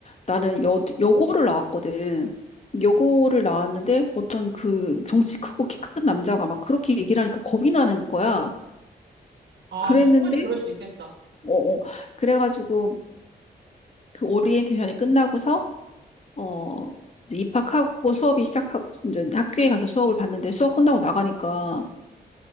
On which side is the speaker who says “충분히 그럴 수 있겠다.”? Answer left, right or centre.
Right